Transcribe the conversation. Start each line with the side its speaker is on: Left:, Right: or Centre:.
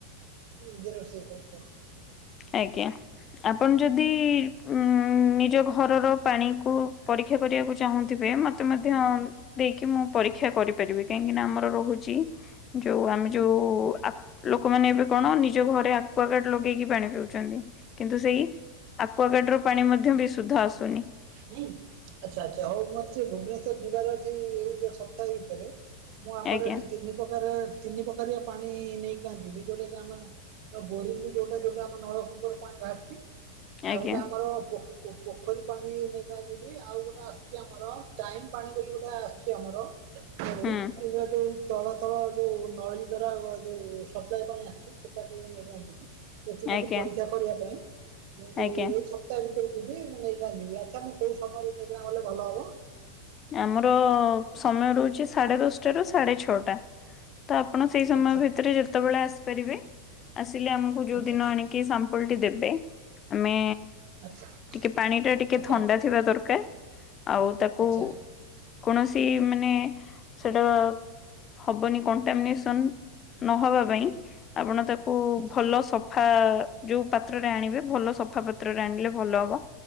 Right: ନିଜେ ରୋଷେଇ କରୁଚ?
Left: ଆଜ୍ଞା ଆପଣ ଯଦି ଉଁ ଉଁ ନିଜ ଘରର ପାଣିକୁ ପରୀକ୍ଷା କରିବାକୁ ଚାହୁଁଥିବେ ମତେ ମଧ୍ୟ ଦେଇକି ମୁଁ ପରୀକ୍ଷା କରିପାରିବି କାହିଁକି ନା ଆମର ରୋହୁଚୀ ଯୋଉ ଆମେ ଯୋଉ ଆକ୍ ଲୋକମାନେ ଏବେ କଣ ନିଜ ଘରେ ଆକୁଅଗାର୍ଡ ଲଗେଇକି ପାଣି କିନ୍ତୁ ସେଇ ଆକ୍ୱଗାର୍ଡ ର ପାଣି ମଧ୍ୟ ବିସୁଦ୍ଧ ଆସୁନି।
Right: ହୁଁ ଆଚ୍ଛା ଆଚ୍ଛା ହଉ ମତେ ଭୁବନେଶ୍ଵର ଯିବାର ଯ ଏଇ ଯୋଉ ସପ୍ତାହେ ଭିତରେ ମୁଁ ଆମର
Left: ଆଜ୍ଞା
Right: ଏଠି ତିନି ପ୍ରକାର ତିନି ପ୍ରକାରିଆ ପାଣି ନେଇକିନା ଯିବି ଯେଉଁଟାକି ଆମେ ତ୍ ବୋରିଂରେ ଯୋଉଟା ଯୋଉଟା ଆମ ନଳକୂପରୁ ପାଣି ବାହାରିଛି ଆଉ
Left: ଆଜ୍ଞା
Right: ଗୋଟେ ଆମର ପୋଖ ପାଣି ନେଇକିନା ଯିବି ଆଉ ଗୋଟେ ଆସୁଛି ଆମର ଟାଇମ ପାଣି ବୋଲି ଗୋଟେ ଆସିଛି ଆମର ହଉ
Left: ହୁଁ
Right: ଏଇା ଯୋଉ ତଳ ର ଯୋଉ ନଳୀ ଧର ଯୋଉ ସପ୍ଲାଇ ପାଣି ଆସିୁଛି ସେଟାକୁ ନେଇକି ଯିବି ସେ ତିନୋଟି
Left: ଆଜ୍ଞା
Right: ପରୀକ୍ଷା କରିବା ପାଇଁ ମୁଁ ଯୋଉ
Left: ଆଜ୍ଞା।
Right: ଏଇ ସ ତା ଭିତରେ ଯିବି ମୁଁ ନେଇକି ଯିବି ଆଚ୍ଛା ମୁଁ କୋଉ ସମୟରେ ନେଇକିନା ଗଲେ ଭଲ ହବ?
Left: ଆମର ସମୟ ରହୁଛି ସାଢେ ଦଶଟା ରୁ ସାଢେ ଛଅଟା। ତ ଆପଣ ସେଇ ସମୟ
Right: ଆଚ୍ଛା
Left: ଭିତରେ ଯେତେବେଳେ ଆସିପାରିବେ ଆସିଲେ ଆମକୁ ଯୋଉ
Right: ଆଚ୍ଛା
Left: ଦିନ ଆଣ କି ସାମ୍ପଲଟି ଦେବେ ଆମେ
Right: ଆଚ୍ଛା
Left: ଟିକେ ପାଣି ଟା ଟିକେ
Right: ଆଚ୍ଛା
Left: ଥଣ୍ଡା ଥିବା ଦରକାର ଆଉ ତାକୁ
Right: ଆଚ୍ଛା ଆଚ୍ଛା
Left: କୌଣସି ମାନେ ସେଟା ହବନି କଣ୍ଟାମିନେସନ୍ ନହବା ପାଇଁ ଆପଣ ତା କୁ
Right: ଆଚ୍ଛା
Left: ଭଲ ସଫା ଯୋଉ ପାତ୍ରରେ ଆଣିବେ ଭଲ ସଫା ପାତ୍ରରେ ଆଣିଲେ ଭଲ ହବ?